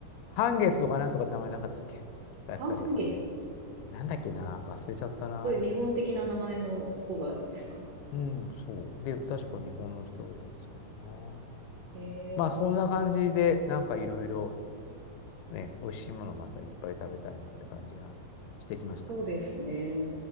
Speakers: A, on the left; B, on the right.
A: 半月とかなんとかって名前なかったっけスパイスカレー屋さんで。
B: 半月
A: なんだっけな。忘れちゃったな。
B: そういう日本的な名前のとこがあるんですか
A: うん、そう。で、確か日本の人がやってたかな。
B: へえ
A: まあ、そんな感じで、なんかいろいろね、美味しいものまたいっぱい食べたいなって感じがしてきました。
B: そうですね。